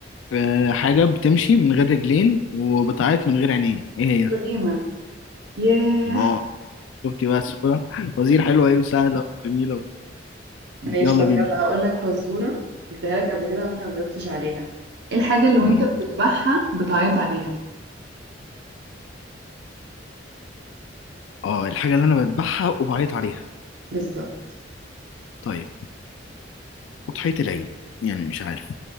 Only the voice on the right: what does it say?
الغيمة ياه
ماشي
طب
يلا هقول لك فزورة قلتها لك قبل كده وانت ما جاوبتش عليها ايه الحاجة اللي وانت
بتذبحها بتعيط عليها
بالظبط